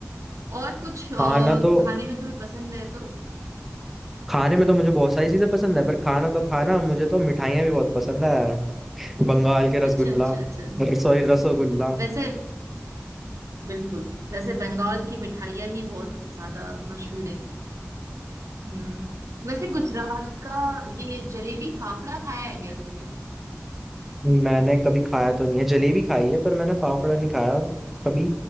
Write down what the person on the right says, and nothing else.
और कुछ अ,
खाने में तुम्हें पसंद है तो
अच्छा अच्छा अच्छा
वैसे बिल्कुल वैसे बंगाल की मिठाइयाँ ही बहुत ज्यादा मशहूर है हम्म वैसे गुजरात का ये जलेबी फाफड़ा खाया है क्या तुमने